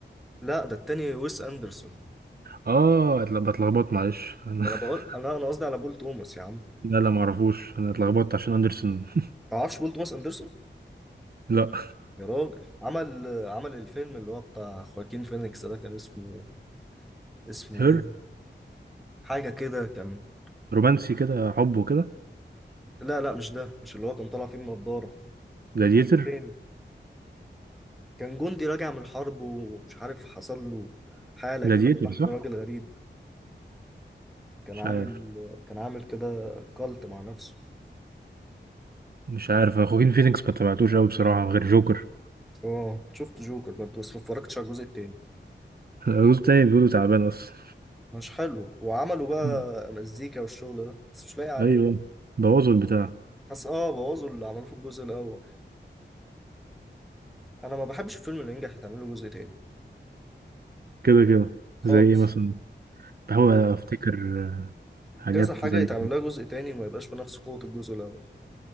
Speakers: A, in the centre; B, on the right.
A: لا ده التاني ويس اندرسون
B: اه اتل- بتلخبط معلش انا
A: ما
B: <laughs>
A: انا بقول انا انا قصدي على بول توماس يا عم
B: لا لا ما اعرفوش انا اتلخبطت عشان اندرسون <laughs>
A: تعرفش بول توماس اندرسون
B: لا
A: يا راجل عمل عمل الفيلم اللي هو بتاع خواكين فينيكس ده كان اسمه اسمه
B: هير
A: ايه حاجه كده كان
B: رومانسي كده حب وكده
A: لا لا مش ده مش اللي هو كان طالع فيه من نضاره
B: جلاديتر
A: تاني كان جندي راجع من الحرب ومش عارف حصل له حاله
B: جلاديتر
A: كده وراح
B: صح
A: لراجل غريب كان
B: مش
A: عامل
B: عارف
A: كان عامل كده كالت مع نفسه
B: مش عارف أنا خواكين فينيكس ما تابعتوش قوي بصراحة غير جوكر
A: اه شفت جوكر برضه بس ما اتفرجتش على الجزء التاني
B: <laughs> الجزء التاني بيقولوا تعبان أصلا
A: مش حلو وعملوا
B: <laughs>
A: بقى مزيكا والشغل ده بس مش لاقي عليه
B: أيوه بوظوا البتاع
A: حس اه بوظوا اللي عملوه في الجزء الاول انا ما بحبش الفيلم اللي ينجح يتعمل له جزء تاني
B: كده كده
A: خالص
B: زي إيه مثلا بحاول
A: ما
B: أفتكر آه، حاجات
A: كذا حاجه
B: زي
A: يتعمل لها جزء تاني وما يبقاش بنفس قوه الجزء الاول